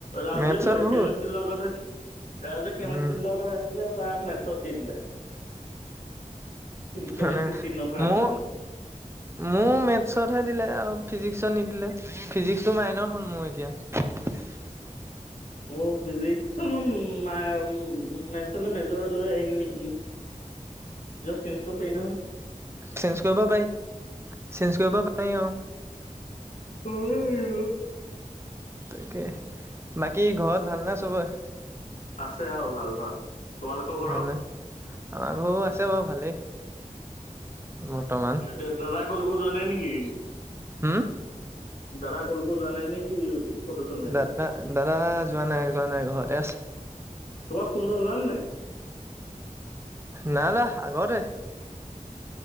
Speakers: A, on the left (about 70°); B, on the right (about 20°).
A: ৰাজে
B: মেথছত বহুত
A: কেমিষ্ট্ৰিৰ লগতে, ৰাজে কেমিষ্ট্ৰি
B: উম
A: লোৱা কথা আহিছিলে। তাক মেথছত দি দিলে। কেমেষ্ট্ৰী
B: মানে
A: চিহ্নত হোৱাৰ
B: মোৰ,
A: কাৰণে
B: মোক মেথছতহে দিলে আও ফিজিক্সত নিদিলেৱ ফিজিক্সটো মাইনৰ হ'ল মোৰ এতিয়া।
A: উম, ফিজিক্স <unintelligible> মেজৰ লৈ আহিম নেকি! পিছত চেন্জ কৰিব পাৰি নহয়।
B: চেন্জ কৰিব পাৰি, চেন্জ কৰিব পাৰি অ'।
A: <unintelligible>
B: তাকে। বাকী ঘৰত ভাল নে চবৰে?
A: আছে আও, ভাল, ভাল। তোমালোকৰ ঘৰৰ?
B: ভালনে আমাৰ ঘৰও আছে বাৰু ভালেই। বৰ্তমান
A: দেৱ দাদা কলকো যোৱা নাই নেকি?
B: হম?
A: দাদা কলকো যোৱা নাই নেকি? ফটো চটো মাৰিবলে?
B: দাদা-দাদা যোৱা নাই, যোৱা নাই, ঘৰতে আছে।
A: তোমাৰ ফোন ল'লানে নাই?
B: না না আগতে।